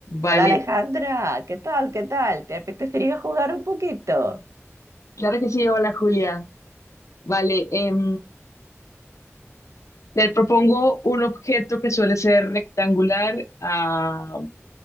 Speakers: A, on the left; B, on the right.
A: Vale,
B: Hola Alejandra, ¿qué tal? ¿Qué tal? ¿Te apetecería jugar un poquito?
A: claro que sí, hola Julia. Vale, em, le propongo un objeto que suele ser rectangular. ah,